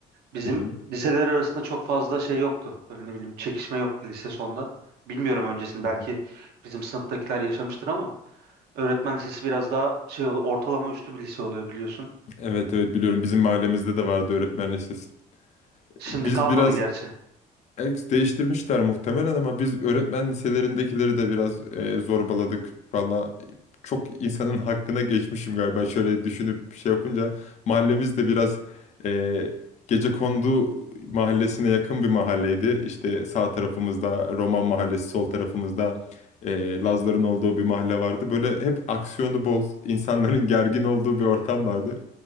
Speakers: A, on the right; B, on the left.
A: Bizim
B: Hı hı.
A: liseler arasında çok fazla şey yoktu. Böyle ne bileyim çekişme yoktu lise sonunda. Bilmiyorum öncesini
B: Hı
A: belki
B: hı.
A: bizim sınıftakiler yaşamıştır ama öğretmen lisesi biraz daha şey oluyor, ortalama üstü bir lise oluyor biliyorsun.
B: Evet evet biliyorum bizim mahallemizde de vardı öğretmen lisesi.
A: Şimdi
B: Biz
A: kalmadı
B: biraz
A: gerçi.
B: Ex değiştirmişler muhtemelen ama biz öğretmen liselerindekileri de biraz e, zorbaladık. Valla çok insanın hakkına geçmişim galiba şöyle düşünüp şey yapınca. Mahallemiz de biraz e, Gecekondu mahallesine yakın bir mahalleydi. İşte sağ tarafımızda Roman mahallesi, sol tarafımızda e, Lazların olduğu bir mahalle vardı. Böyle hep aksiyonu bol, insanların gergin olduğu bir ortam vardı.